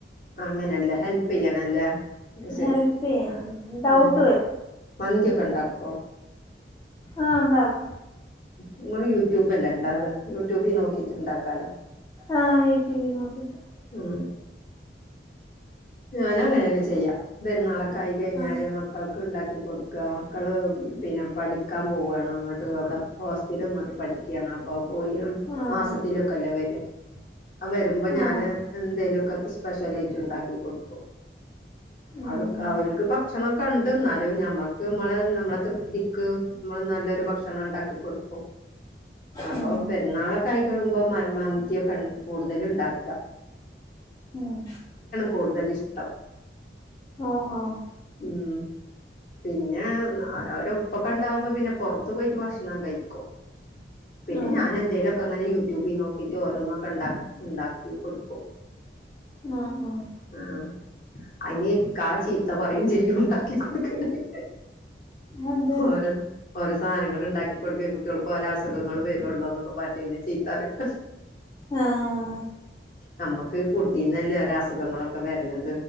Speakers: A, on the left (about 50°); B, on the left (about 20°).
A: അങ്ങനെയല്ല ഹെപ് ചെയ്യാ ആണല്ലേ ശരി
B: ഹെൽപ് ചെയ്യാൻ ഡൗട്ട്
A: ഉ മന്തിയൊക്കെ ഉണ്ടാക്കോ
B: ആഹ ഉണ്ടാവും
A: നമ്മൾ യൂട്യൂബ്ല്ലേ ഉണ്ടാവ അത് യൂട്യൂബിൽ നോക്കിട്ടുണ്ടാക്കാലോ
B: ആഹ് യൂട്യൂബിൽ നോക്കിട്ട്
A: ഉം ഞാൻ അങ്ങനെയാണ് ചെയ്യാ പെരുന്നാളക്കായി കഴിഞ്ഞാല്
B: ആഹ്
A: മക്കൾക്ക് ഉണ്ടാക്കി ക്കി കൊടുക്കുക മക്കൾ പിന്നെ പഠിക്കാൻ പോവുകയാണ് അങ്ങോട്ട് അവിടെ ഹോസ്റ്റല വന്നോട്ട് പഠിക്കുകയാണ് അപ്പോൾ പോയി <unintelligible>
B: ആഹ്
A: മാസത്തിലൊക്കെല്ലോ വര വരുമ്പോ ഞാന്
B: ആഹ്
A: എന്തേ ലൊക്കെ സ്പെഷ്യലായിട്ട് ഉണ്ടാക്കി കൊടുക്കും
B: ഉം
A: അവട് <unintelligible> അവർക്ക് ഭക്ഷണക്കെണ്ട്ന്നാലും ഞമ്മക്ക് നമ്മളെ നമ്മളെ തൃപ്തിക്ക് നല്ലൊരു ഭക്ഷണം ഉണ്ടാക്കി കൊടുക്കും അപ്പൊ
B: ഉം
A: പെരുന്നാളൊക്കെ ആയി കഴുമ്പോ മന്തിയൊക്കെ കൂടുതല് ഉണ്ടാക്ക
B: ഉം
A: കൂടുതൽ ഇഷ്ടം
B: ഓഹ് ഓഹ്
A: ഉം പിന്നെ അവരൊപ്പൊണ്ടാവുമ്പോ പിന്നെ പൊറത്ത് പോയിട്ട് ഭക്ഷണം കഴിക്കും പിന്നെ
B: ആഹ്
A: ഞാനെന്തേ ലൊക്കെങ്ങനെ ട്യൂബി നോക്കിട്ട് ഓരോന്നൊക്കെ ഉണ്ട ഉണ്ടാക്കി കൊടുക്കും
B: ആഹ് ആഹ്
A: ആ അയിന് ഇക്കാ ചീത്ത പറയും ചെയും ഉണ്ടാക്കി കൊടുക്കണേന്ന്
B: അതെന്ത്
A: ഓരോ ഓരോ സാനങ്ങള് ഇണ്ടാക്കി കൊടുക്കേം കുട്ട്യേൾക്ക് ഓര അസുഖങ്ങള് വരൊള്ളൊന്നൊക്കെ പറഞ്ഞിട്ടേന്നെ ചീത്താറയും
B: ആഹ്
A: നമ്മക്ക് ഫുഡീന്നല്ലേ ഒരസുഖങ്ങളൊക്കെ വരണത്